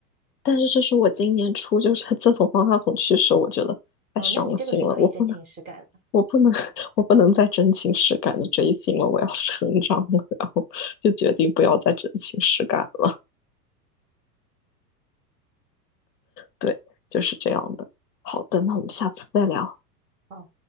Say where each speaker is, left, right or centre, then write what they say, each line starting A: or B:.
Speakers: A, on the left; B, on the right.
A: 但是这是我今年初，就是 <laughs> 自从方大同去世，我觉得太伤心了，
B: 哦，那你这个是可以真情实感的。
A: 我不能，我不能，<laughs> 我不能再真情实感的追星了，
B: 嗯，
A: 我要 <laughs> 成长了，然后就决定不要再真情实感了。对，就是这样的。好的，那我们下次再聊。
B: 哦，